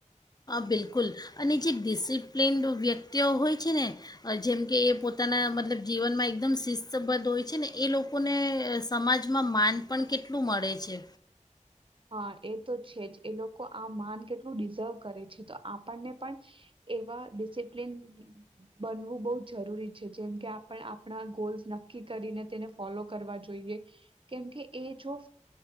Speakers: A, on the left; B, on the right.
A: બિલકુલ અને જે ડિસિપ્લિન્ડ વ્યક્તિઓ હોય છે ને જેમ કે એ પોતાના મતલબ જીવનમાં એકદમ શિસ્તબદ્ધ હોય છે ને એ લોકોને સમાજમાં માન પણ કેટલું મળે છે.
B: હા એ તો છે જ એ લોકો લોકો આ માન કેટલું ડિઝર્વ કરે છે તો આપણને પણ એવા ડિસિપ્લન બનવું બહ જરૂરી છે જેમ કે આપ આપણા ગોલ્સ નક્કી કરીને તેને ફોલો કરવા જોઈએ કેમકે એ જો